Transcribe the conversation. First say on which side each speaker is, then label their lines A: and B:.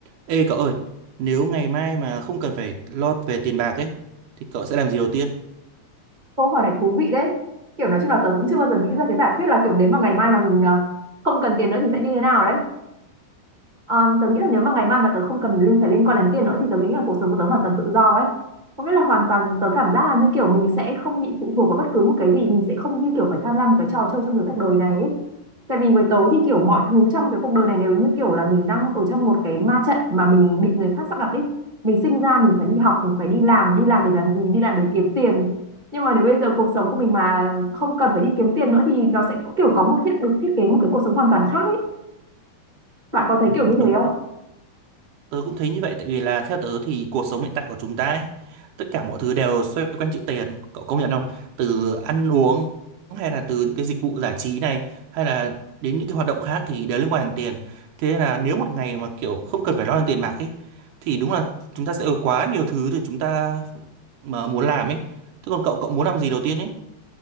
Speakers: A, on the right; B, on the right.
A: Ê cậu ơi, nếu ngày mai mà không cần phải lo về tiền bạc ấy, thì cậu sẽ làm gì đầu tiên?
B: Câu hỏi này thú vị đấy. Kiểu nói chung là tớ cũng chưa bao giờ nghĩ ra cái giả thuyết là kiểu nếu mà ngày mai mà mình à, không cần tiền nữa thì sẽ như thế nào đấy. Ờ, tớ nghĩ là nếu mà ngày mai mà tớ không cần liên phải liên quan đến tiền nữa thì tớ nghĩ là cuộc sống của tớ hoàn toàn tự do ấy. Có nghĩa là hoàn toàn tớ cảm giác là như kiểu mình sẽ không bị phụ thuộc vào bất cứ một cái gì, mình sẽ không như kiểu phải tham gia một cái trò chơi trong cái cuộc đời này ấy. Tại vì với tớ thì kiểu mọi thứ trong cái cuộc đời này đều như kiểu là mình đang ở trong một cái ma trận mà mình bị người khác sắp đặt ấy. Mình sinh ra mình phải đi học, mình phải đi làm, đi làm để làm gì, đi làm để kiếm tiền. Nhưng mà nếu bây giờ cuộc sống của mình mà không cần phải đi kiếm tiền nữa thì nó sẽ kiểu có một thiết được thiết kế một cái cuộc sống hoàn toàn khác ấy. Bạn có thấy
A: Ừ,
B: kiểu như
A: đúng,
B: thế không?
A: tớ cũng thấy như vậy, tại vì là theo tớ thì cuộc sống hiện tại của chúng ta ấy, tất cả mọi thứ đều xoay quanh chữ tiền, cậu công nhận không? Từ ăn uống hay là từ những cái dịch vụ giải trí này, hay là đến những cái hoạt động khác thì đều liên quan đến tiền. Thế nên là nếu một ngày mà kiểu không cần phải lo đến tiền bạc ấy, thì đúng là chúng ta sẽ có quá nhiều thứ để chúng ta mà muốn làm ấy. Thế còn cậu, cậu muốn làm gì đầu tiên ấy?